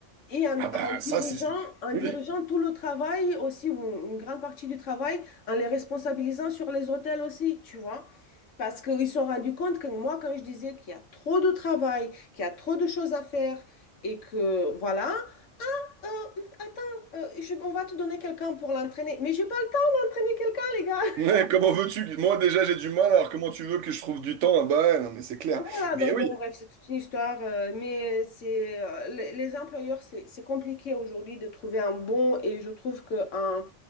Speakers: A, on the left; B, on the right.
A: Et en,
B: Ah
A: en
B: bah ça
A: dirigeant,
B: c'est
A: en dirigeant
B: oui.
A: tout le travail aussi, ou une grande partie du travail, en les responsabilisant sur les hôtels aussi, tu vois. Parce qu'ils se sont rendus compte que moi, quand je disais qu'il y a trop de travail, qu'il y a trop de choses à faire, et que voilà, Euh, attends, euh, je- on va te donner quelqu'un pour l'entraîner. Mais j'ai pas le temps d'entraîner quelqu'un, les gars. <laughs>
B: Ouais, comment veux-tu? que- Moi déjà j'ai du mal, alors comment tu veux que je trouve du temps? Ah bah ouais, non mais c'est clair.
A: Voilà,
B: Mais
A: donc
B: oui,
A: bon, bref, c'est toute une histoire. euh, mais euh, c'est euh, les, les employeurs, c'est c'est compliqué aujourd'hui de trouver un bon. Et je trouve que en